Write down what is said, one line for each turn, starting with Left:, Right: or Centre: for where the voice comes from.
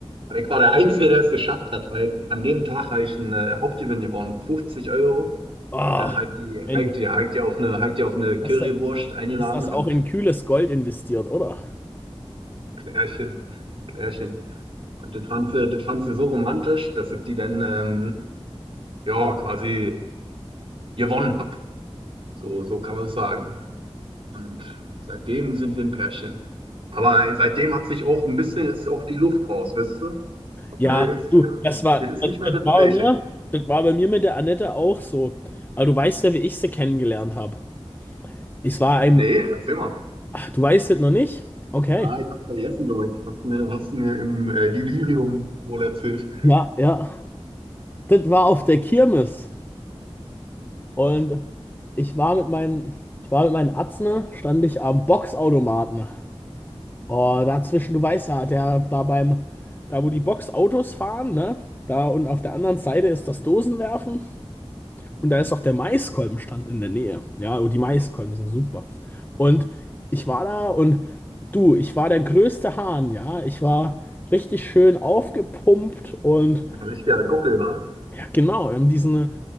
Right: Und ich war der Einzige, der es geschafft hat, weil an dem Tag habe ich einen äh, Hauptgewinn gewonnen, 50 Euro.
Left: Oh,
Right: Und dann hat die,
Left: Mensch,
Right: hat die, hat die auf eine, hat die auf eine Currywurst
Left: hast du
Right: eingeladen
Left: hast das
Right: und
Left: auch in kühles Gold investiert, oder?
Right: <laughs> Klärchen, Klärchen. Und das fand sie, das fand sie so romantisch, dass ich die dann, ähm, ja, quasi gewonnen habe. So, so kann man es sagen. Und seitdem sind wir ein Pärchen. Aber seitdem hat sich auch ein bisschen, ist auch die Luft raus, weißt du?
Left: Ja,
Right: Das ist,
Left: du, das war,
Right: das ist
Left: das,
Right: nicht mehr
Left: das
Right: das
Left: war
Right: Gleiche.
Left: bei mir, das war bei mir mit der Annette auch so. Aber du weißt ja, wie ich sie kennengelernt habe. Ich war ein,
Right: Nee, erzähl mal.
Left: ach, du weißt das noch nicht? Okay.
Right: Ah, ich hab's vergessen, glaube ich. Hast du mir, hast du mir im äh, Delirium wohl erzählt.
Left: Ja, ja. Das war auf der Kirmes. Und ich war mit meinen, ich war mit meinen Atzen, stand ich am Boxautomaten. Oh, dazwischen, du weißt ja, der da beim, da wo die Boxautos fahren, ne? Da und auf der anderen Seite ist das Dosenwerfen. Und da ist auch der Maiskolbenstand in der Nähe. Ja, und die Maiskolben sind super. Und ich war da und du, ich war der größte Hahn, ja. Ich war richtig schön aufgepumpt und
Right: Ein richtiger Gockel war.
Left: ja, genau, wir haben diesen